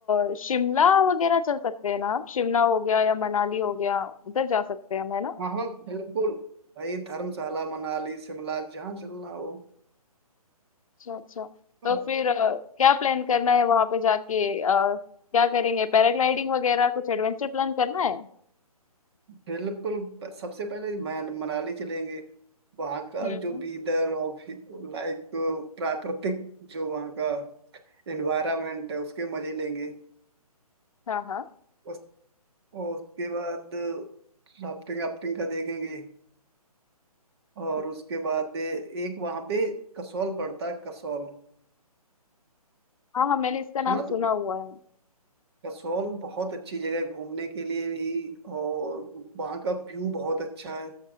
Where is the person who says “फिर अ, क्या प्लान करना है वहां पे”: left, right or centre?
Left